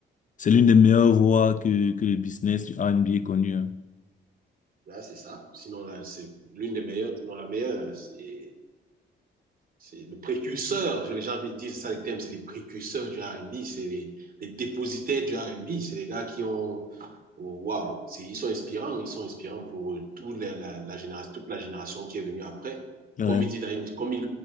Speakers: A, on the left; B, on the right.
A: c'est l'une des meilleures voies que, que le business du R&B ait connu. hein.
B: Là, c'est ça. Sinon, là, c'est l'une des meilleures, sinon la meilleure. C'est c'est le précurseur, j'ai envie de dire, c'est ça les termes, c'est les précurseurs du R&B, c'est les, les dépositaires du R&B, c'est les gars qui ont, oh, waouh, wow, c'est- ils sont inspirants, ils sont inspirants pour euh, toute la, la, la génération, toute la génération qui est venue après.
A: Ouais.
B: Comme il dit dans une, comme il